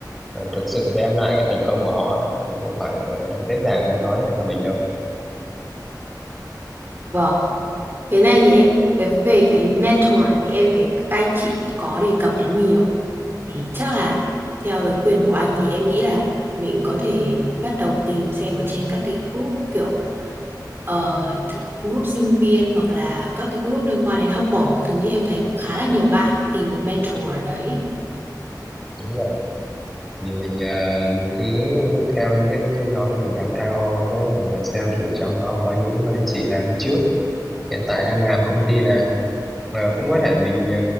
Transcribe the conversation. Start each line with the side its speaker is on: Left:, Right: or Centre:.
Centre: ờ, thực sự đem lại cái thành công của họ ấy, thì không phải là người ta dễ dàng người ta nói lại cho mình đâu
Right: vâng Cái này thì em cái về cái mentor thì em thấy các anh chị thì có đề cập đến nhiều. Thì chắc là theo lời khuyên của anh thì em nghĩ là mình có thể bắt đầu tìm xem ở trên các cái group kiểu ờ, group sinh viên hoặc là các cái group liên quan đến học bổng các thứ thì em thấy cũng khá là nhiều bạn tìm được mentor ở đấy.
Centre: đúng rồi vì mình ờ, cứ theo những cái những cái nhóm mà mình đang theo đấy rồi xem thử trong nó có những anh chị nào đi trước hiện tại đang làm công ty nào Ờ, cũng có thể mình ờ,